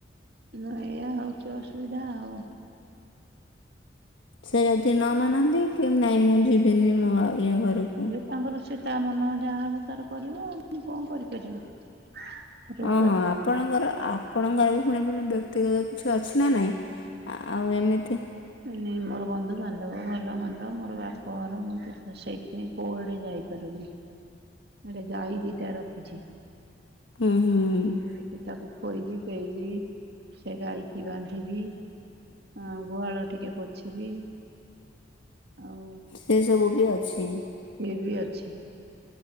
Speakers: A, on the right (about 60°); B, on the left (about 80°).
A: ଏଇଆ ହଉଛି ଅସୁବିଧା ଆଉ।
B: ସେ ଯଦି ନ ମାନନ୍ତି, କେମି ନାଇଁ ମୁଁ ଯିବିନି ମୋ ଇଆ ଘରକୁ।
A: ଏ ତାଙ୍କର ସେତା ମନ ଯାହା ହବ ତାର କରିବ ଆଉ, ମୁ କଣ କରିପାରିବି। ତାର ଉପାୟ
B: ଓଁ -ହଁ, ଆପଣଙ୍କର, ଆପଣଙ୍କର ବି ପୁଣି ପୁଣି ବ୍ୟକ୍ତିଗତ କିଛି କେ ଅଛି ନା ନାଇଁ, ଆଉ ଏମିତି
A: ନେ ମୋର ବନ୍ଧୁବାନ୍ଧବ, ଭଲ ମନ୍ଦ, ମୋର ବାପ ଘର, ମ ସେଇଥିପାଇଁ କୁଆଡେ ଯାଇପାରୁନି, ଆଡେ ଗାଇ ଦିଟା ରଖିଛି।
B: ହୁଁ-ହୁଁ-ହୁଁ
A: ଗାଈକି ତାକୁ ଖୋଇବି, ପେଇବି, ସେ ଗାଈ କି ବାନ୍ଧିବି, ଆ ଗୁହାଳ ଟିକେ ପୋଛିବି। ଆଉ
B: ସେ ସବୁ ବି ଅଛି।
A: ଇଏ ବି ଅଛି।